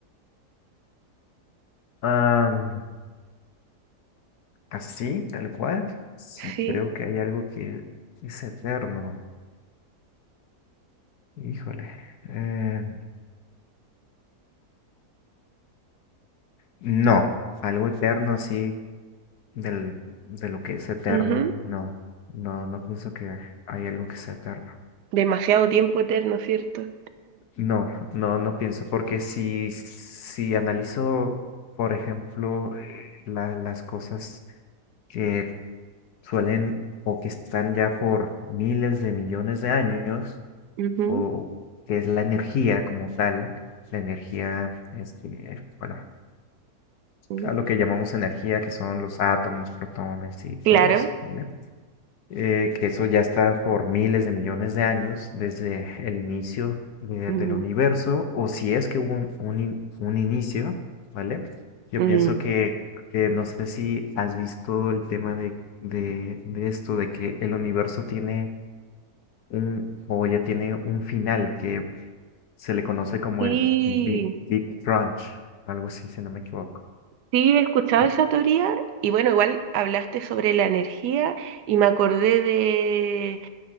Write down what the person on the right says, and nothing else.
Sí.
ujú.
Demasiado tiempo eterno, ¿cierto?
Ujú,
mm.
Claro.
Mm,
mm.
Sí,
sí, he escuchado
esa teoría y bueno, igual hablaste sobre la energía y me acordé de,